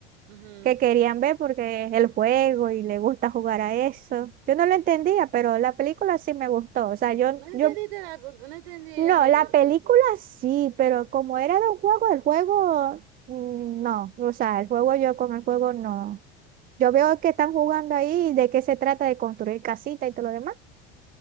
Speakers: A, on the right; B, on the right.
A: Ujú.
B: que querían ver porque es el juego y le gusta jugar a eso. Yo no lo entendía, pero la película sí me gustó. O sea, yo,
A: No entendiste
B: yo
A: la- no entendías
B: No,
A: el,
B: la película
A: el-
B: sí, pero como era de un juego, el juego mm, no. O sea, el juego yo con el juego no. Yo veo que están jugando ahí de qué se trata de construir casita y todo lo demás.